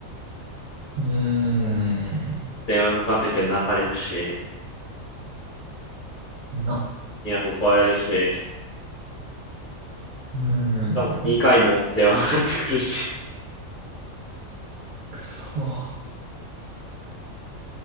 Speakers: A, on the right; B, on the left.
A: ーん。
B: 電話かかってきて泣かれるし、
A: な、
B: いや、怒られるし、
A: うーん。
B: 多分2回も <laughs> 電話かかってくるし、
A: くそ。